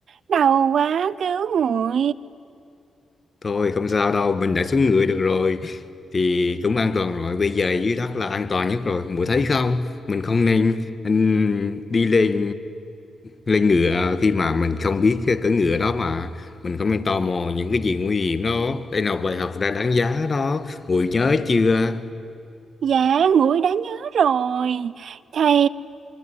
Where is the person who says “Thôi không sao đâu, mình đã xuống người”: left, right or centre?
Left